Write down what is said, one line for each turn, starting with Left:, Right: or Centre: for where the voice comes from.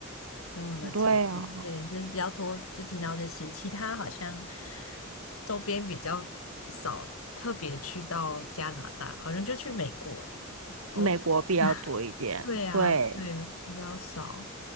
Left: 那我有没有记住？
Right: 对啊。
Left: 对，就是比较多，就听到这些，其他好像周边比较少，特别去到加拿大，好像就去美国、欧洲。
Right: 美国比较多一点。
Left: <laughs> 对啊，
Right: 对，
Left: 对，比较少。